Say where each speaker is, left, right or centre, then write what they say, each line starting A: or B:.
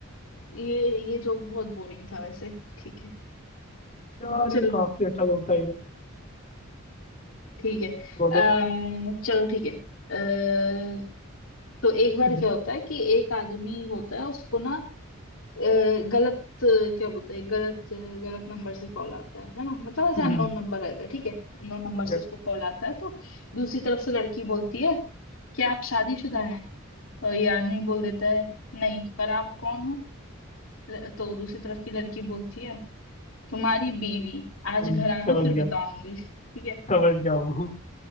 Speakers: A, on the left; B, on the left.
A: ये ये जोक बहुत बोरिंग था वैसे ठीक है
B: यार
A: चलो
B: ये काफी अच्छा लगता है ये
A: ठीक है
B: बोलो
A: अम्म, चलो ठीक है अ, तो एक बार
B: हम्म,
A: क्या होता है कि एक आदमी होता है उसको ना अ, गलत क्या बोलते हैं गलत गलत नंबर से कॉल आता है है ना मतलब ऐसे
B: हम्म,
A: अननोन नंबर रहता है ठीक है अननोन नंबर
B: okay,
A: से उसको कॉल आता है तो दूसरी तरफ से लड़की बोलती है कि आप शादीशुदा हैं तो ये आदमी बोल देता है नहीं पर आप कौन हो ल- तो दूसरी तरफ की लड़की बोलती है तुम्हारी बीवी आज
B: हम्म,
A: घर आना
B: समझ
A: फिर
B: गया
A: बताऊंगी ठीक है
B: समझ गया वो